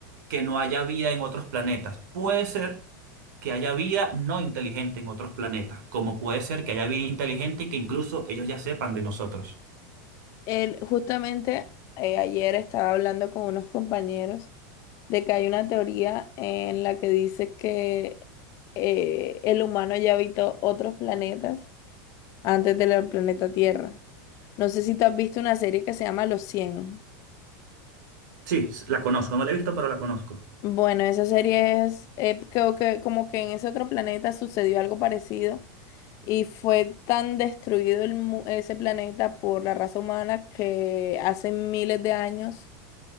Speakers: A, on the right; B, on the left.
A: que no haya vida en otros planetas. Puede ser que haya vida no inteligente en otros planetas, como puede ser que haya vida inteligente y que incluso ellos ya sepan de nosotros.
B: Él, justamente eh, ayer estaba hablando con unos compañeros de que hay una teoría en la que dice que eh, el humano ya habitó otros planetas antes del planeta Tierra. No sé si tú has visto una serie que se llama Los cien
A: Sí, s- la conozco, no la he visto, pero la conozco.
B: Bueno, esa serie es, eh, creo que como que en ese otro planeta sucedió algo parecido y fue tan destruido el mu- ese planeta por la raza humana que hace miles de años,